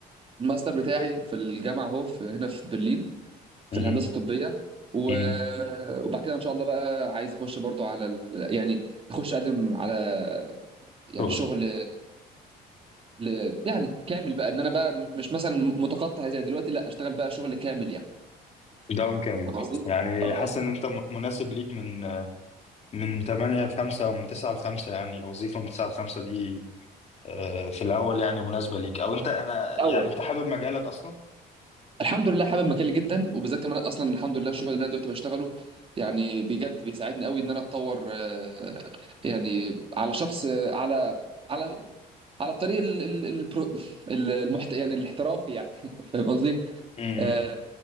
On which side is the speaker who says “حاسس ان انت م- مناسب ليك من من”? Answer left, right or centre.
Left